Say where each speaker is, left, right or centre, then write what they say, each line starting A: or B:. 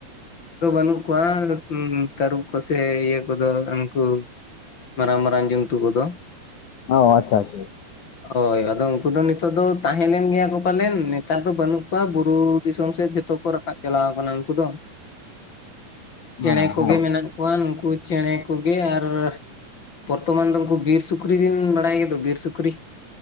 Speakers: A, on the left (about 40°); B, on the left (about 70°).
A: ᱫᱚ ᱵᱟᱹᱱᱩᱜ ᱠᱚᱣᱟ ᱛᱟᱹᱨᱩᱵ ᱠᱚᱥᱮ ᱤᱭᱟᱹᱼᱼ ᱠᱚᱫᱚ ᱟᱹᱱᱠᱩ ᱢᱟᱨᱟᱝ ᱢᱟᱨᱟᱝ ᱡᱚᱱᱛᱩ ᱠᱚᱫᱚ ᱾
B: ᱚ ᱟᱪᱪᱷᱟ ᱟᱪᱪᱷᱟ
A: ᱦᱚᱭ ᱟᱫᱚ ᱩᱱᱠᱩ ᱫᱚ ᱱᱤᱛᱚᱜ ᱫᱚ ᱛᱟᱦᱮᱸ ᱞᱮᱱ ᱜᱮᱭᱟ ᱠᱚ ᱯᱟᱞᱮᱱ ᱱᱮᱛᱟᱨ ᱫᱚ ᱵᱟᱹᱱᱩᱜᱼᱼ ᱚᱝᱠᱟ ᱵᱩᱨᱩ ᱫᱤᱥᱚᱢ ᱥᱮᱫ ᱡᱚᱛᱚ ᱠᱚ ᱨᱟᱠᱟᱵ ᱪᱟᱞᱟᱣ ᱟᱠᱟᱱᱟ ᱩᱱᱠᱩ ᱫᱚ ᱾ ᱪᱮᱬᱮ
B: ᱦᱮᱸ
A: ᱠᱚᱜᱮ
B: ᱦᱮᱸ
A: ᱢᱮᱱᱟᱜ ᱠᱚᱣᱟ ᱱᱩᱠᱩ ᱪᱮᱬᱮ ᱠᱚᱜᱮ ᱟᱨᱼᱼ ᱯᱚᱨᱛᱚᱢᱟᱱ ᱫᱚ ᱩᱝᱠᱩ ᱵᱤᱨ ᱥᱩᱠᱨᱤ ᱵᱤᱱ ᱵᱟᱲᱟᱭ ᱜᱮᱭᱟᱫᱚ ᱵᱤᱨ ᱥᱩᱠᱨᱤ